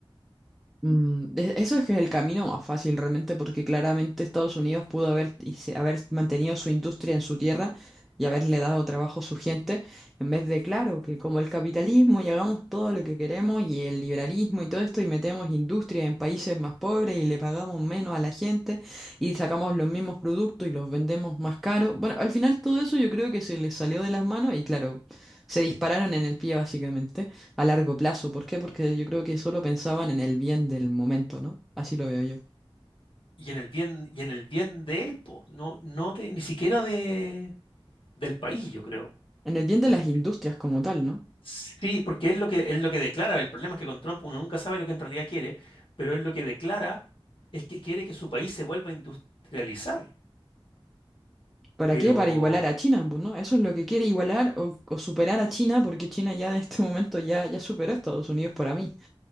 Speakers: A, in the centre; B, on the left (about 65°).
A: Mm, e- eso es que es el camino más fácil realmente, porque claramente Estados Unidos pudo haber, y se- haber mantenido su industria en su tierra y haberle dado trabajo a su gente, en vez de, claro, que como el capitalismo y hagamos todo lo que queremos y el liberalismo y todo esto y metemos industria en países más pobres y le pagamos menos a la gente y sacamos los mismos productos y los vendemos más caros. Bueno, al final todo eso yo creo que se les salió de las manos y claro, se dispararon en el pie básicamente a largo plazo. ¿Por qué? Porque yo creo que solo pensaban en el bien del momento, ¿no? Así lo veo yo.
B: Y en el bien, y en el bien de él, po, no, no de, ni siquiera de, del país, yo creo.
A: En el bien de
B: El-
A: las industrias como tal, ¿no?
B: sí, porque es lo que, es lo que declara. El problema es que con Trump uno nunca sabe lo que en realidad quiere, pero él lo que declara es que quiere que su país se vuelva a industrializar.
A: ¿Para
B: Pero,
A: qué? Para igualar a China, pues, ¿no? Eso es lo que quiere igualar o, o superar a China, porque China ya en este momento ya, ya superó a Estados Unidos para mí.